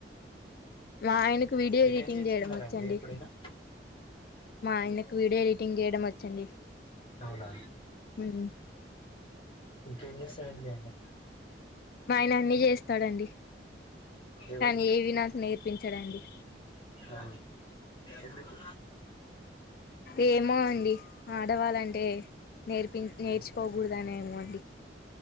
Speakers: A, on the left; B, on the left.
A: మా ఆయనకు వీడియో
B: బిర్యానీ
A: ఎడిటింగ్
B: చేసుకున్నారండి
A: చేయడం వచ్చండి
B: ఎప్పుడైనా
A: మా ఆయనకు వీడియో ఎడిటింగ్ చేయడం వచ్చండి
B: అవునా
A: ఉమ్
B: ఇంకేం చేస్తారంండి మీఆయన
A: మా ఆయన అన్నిీ చేస్తాడండి
B: ఎవరు
A: కానీ ఏవి నాకు నేర్పించాడండి
B: అహా ఎందుకు
A: ఏమో అండి ఆడవళంటే నేర్పి నేర్చుకోకూడదనే ఏమో అండి